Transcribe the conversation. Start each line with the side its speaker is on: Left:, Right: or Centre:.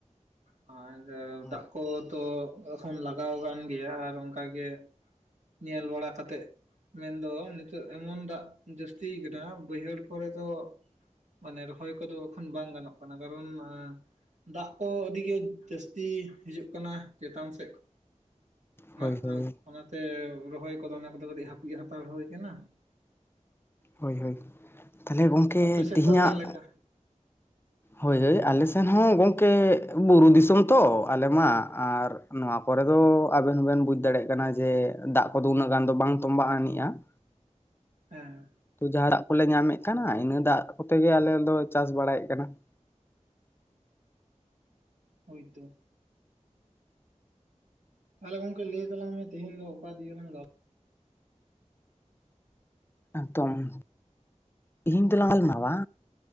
Right: <inaudible> ᱟᱨ
Left: ᱦᱳᱭ
Right: ᱫᱟᱜ ᱠᱚ ᱛᱚ ᱮᱠᱷᱚᱱ ᱞᱟᱜᱟᱣ ᱟᱠᱟᱱ ᱜᱮᱭᱟ ᱟᱨ ᱚᱱᱠᱟᱜᱮ ᱧᱮᱞ ᱵᱟᱲᱟ ᱠᱟᱛᱮᱜ ᱢᱮᱱ ᱫᱚ ᱱᱤᱛ ᱚᱜ ᱮᱢᱚᱱ ᱫᱟᱜ ᱡᱟᱹᱥᱛᱤ ᱟᱠᱟᱱᱟ ᱵᱟᱹᱭᱦᱟᱹᱲ ᱠᱚᱨᱮ ᱫᱚ ᱢᱟᱱᱮ ᱨᱚᱦᱚᱭ ᱠᱚᱫᱚ ᱮᱠᱷᱚᱱ ᱵᱟᱝ ᱜᱟᱱᱚᱜ ᱠᱟᱱᱟ ᱠᱟᱨᱚᱱ ᱫᱟᱜ ᱠᱚ ᱟᱹᱰᱤ ᱜᱮ ᱡᱟᱹᱥᱛᱤ ᱦᱤᱡᱩᱜ ᱠᱟᱱᱟ ᱪᱮᱛᱟᱱ ᱥᱮᱫ <inaudible> ᱠᱷᱚᱱᱟᱜ
Left: ᱦᱳᱭ ᱦᱳᱭ
Right: ᱚᱱᱟᱛᱮ ᱨᱚᱦᱚᱭ ᱠᱚᱫᱚ ᱚᱱᱟ ᱠᱚᱫᱚ ᱠᱟᱹᱴᱤᱡ ᱦᱟᱹᱯᱤᱫ ᱦᱟᱛᱟᱲ ᱦᱩᱭ ᱠᱟᱱᱟ ᱾
Left: ᱦᱳᱭ ᱦᱳᱭ ᱛᱟᱦᱚᱞᱮ ᱜᱚᱢᱠᱮ
Right: ᱟᱯᱮ ᱥᱮᱫ
Left: ᱛᱤᱦᱤᱧᱟᱜ
Right: ᱫᱚ ᱚᱠᱟᱞᱮᱠᱟ
Left: ᱦᱳᱭ ᱦᱳᱭ ᱟᱞᱮ ᱥᱮᱱ ᱦᱚᱸ ᱜᱚᱢᱠᱮ ᱵᱩᱨᱩ ᱫᱤᱥᱚᱢ ᱛᱚ ᱟᱞᱮ ᱢᱟ ᱟᱨ ᱱᱚᱣᱟ ᱠᱚᱨᱮ ᱫᱚ ᱟᱵᱮᱱ ᱦᱚᱸᱵᱮᱱ ᱵᱩᱡ ᱫᱟᱲᱮᱭᱟᱜ ᱡᱮ ᱫᱟᱜ ᱠᱚᱫᱚ ᱩᱱᱟᱹᱜ ᱜᱟᱱ ᱫᱚ ᱵᱟᱝ ᱛᱚᱢᱵᱟᱜ ᱟᱹᱱᱤᱡ-ᱟ ᱾
Right: ᱦᱮᱸ ᱾
Left: ᱡᱟᱦᱟᱸ ᱫᱟᱜ ᱠᱚᱞᱮ ᱧᱟᱢᱮᱫ ᱠᱟᱱᱟ ᱤᱱᱟᱹ ᱫᱟᱜ ᱠᱚᱛᱮ ᱜᱮ ᱟᱞᱮ ᱫᱚ ᱪᱟᱥ ᱵᱟᱲᱟᱭᱮᱫ ᱠᱟᱱᱟ ᱾
Right: ᱦᱳᱭ ᱛᱳ ᱾ ᱛᱟᱦᱚᱞᱮ ᱜᱚᱢᱠᱮ ᱞᱟᱹᱭ ᱛᱟᱞᱟᱝ ᱢᱮ ᱛᱮᱦᱮᱧ ᱫᱚ ᱚᱠᱟ ᱫᱤᱭᱮ ᱞᱟᱝ ᱜᱟᱞ <inaudible>
Left: ᱮᱠᱫᱚᱢ <inaudible> ᱛᱮᱦᱮᱧ ᱫᱚ ᱞᱟᱝ ᱜᱟᱞᱢᱟᱨᱟᱣᱟ